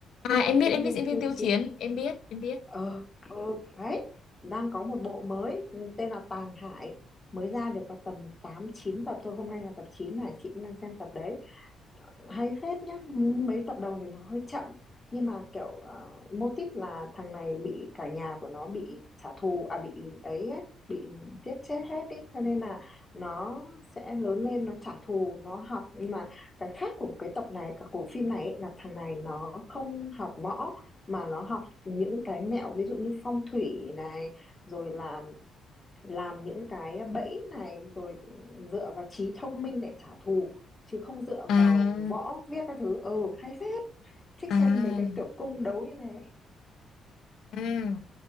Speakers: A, on the left; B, on the left.
A: À em biết
B: diễn
A: em
B: viên
A: biết diễn viên
B: Tiêu
A: Tiêu
B: Chiến
A: Chiến, em biết em biết.
B: ờ ờ đấy đang có một bộ mới ừ, tên là Tàng Hải mới ra được vào tầm 8 9 tập thôi hôm nay là tập 9 này chị cũng đang xem tập đấy hay phết nhá mấy tập đầu thì nó hơi chậm nhưng mà kiểu uh, mô típ là thằng này bị cả nhà của nó bị trả thù à bị ấy, ấy bị giết chết hết ý cho nên là nó sẽ lớn lên nó trả thù nó học nhưng mà cái khác của cái tập này của phim này ấy, là thằng này nó không học võ mà nó học những cái mẹo ví dụ như phong thủy này rồi là làm những cái bẫy này rồi dựa vào trí thông minh để trả thù chứ không dựa
A: À,
B: vào võ viết các thứ ừ hay phết thích
A: à
B: xem mấy cái kiểu cung đấu như thế
A: À,